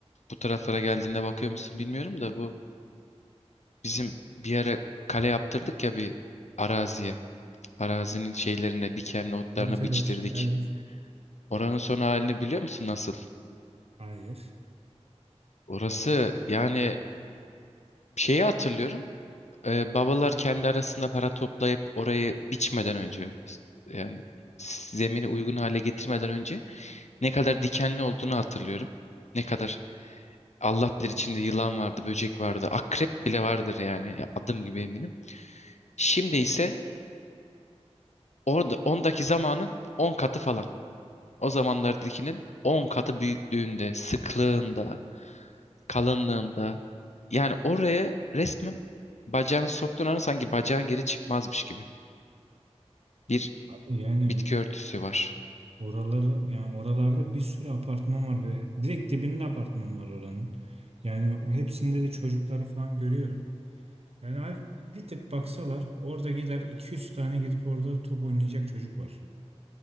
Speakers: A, on the left; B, on the right.
A: Bu taraflara geldiğinde bakıyor musun bilmiyorum da bu bizim bir ara kale yaptırdık ya bir araziye. Arazinin şeylerine, dikenli otlarına
B: Evet evet
A: biçtirdik.
B: evet.
A: Oranın son halini biliyor musun nasıl?
B: Hayır.
A: Orası yani şeyi hatırlıyorum. Ee, babalar kendi arasında para toplayıp orayı biçmeden önce yani zemini uygun hale getirmeden önce ne kadar dikenli olduğunu hatırlıyorum. Ne kadar Allah bilir içinde yılan vardı, böcek vardı, akrep bile vardır yani. Ya adım gibi eminim. Şimdi ise orada ondaki zamanın 10 katı falan. O zamanlardakinin 10 katı büyüklüğünde, sıklığında, kalınlığında. Yani oraya resmen bacağını soktuğun an sanki bacağın geri çıkmazmış gibi. Bir
B: Abi yani
A: bitki örtüsü var.
B: Oraları yani oralarda bir sürü apartman var ve direkt dibinde apartman var oranın. Yani o hepsinde de çocukları falan görüyorum. Yani abi bir tık baksalar orada gider 200 tane gidip orada top oynayacak çocuk var.